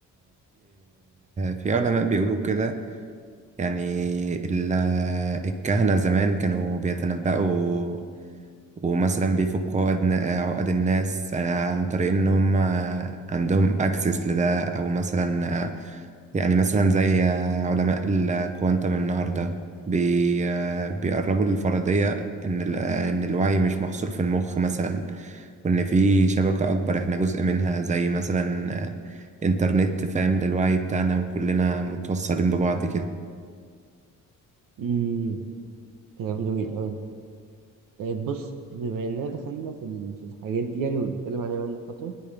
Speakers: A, on the right; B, on the right.
A: في علماء بيقولوا كده يعني ال- الكهنة زمان كانوا بيتنبأوا ومثلا بيفكوا عقد عقد الناس عن طريق ان هم عندهم اكسس لده او مثلا يعني مثلا زي علماء الكوانتم النهارده بي بيقربوا للفرضية ان ال- ان الوعي مش محصور في المخ مثلا وان في شبكة اكبر احنا جزء منها زي مثلا انترنت فاهم للوعي بتاعنا وكلنا متوصلين ببعض كده
B: مم، كلام جميل أوي طيب بص بما اننا دخلنا في ال- في الحاجات دي يعني وبنتكلم عليها بقالنا فتره